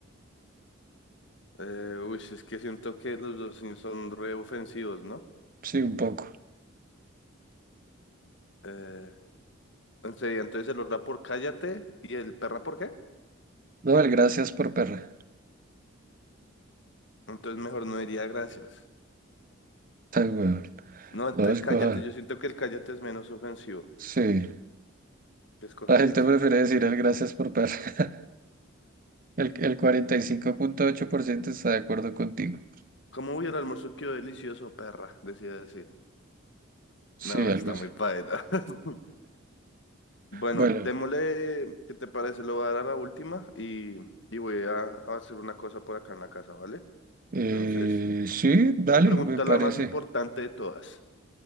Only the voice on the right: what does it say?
Sí, un poco.
No, el gracias por perra.
Ay, weón.
No, escoja.
Sí.
La gente prefiere
decir el gracias por perra. <laughs> El, el cuarenta y cinco punto ocho por ciento está de acuerdo contigo.
Sí,
algo
así.
Bueno.
Eh,
sí, dale,
me parece.